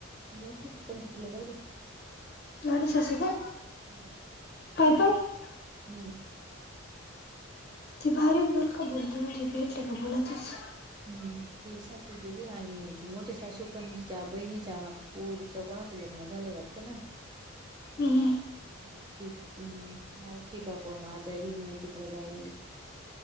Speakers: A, on the right; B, on the left.
A: नव्हती ना पुंढरपूर ला जायेल ये.
B: लहानी सासू का
A: हम्म
B: पाय पाय
A: हम्म
B: ती भारी बल का बोलते म्हणजे भेटले का बोलातस.
A: हम्म ती सासू लय आणि मोठे सासू पण बहिणीच्या पोरीच कोणाचे लग्न झालेय वाटतं ना
B: हम्म
A: म ती् मावशी का पण आजारी मा तिकडे जायले.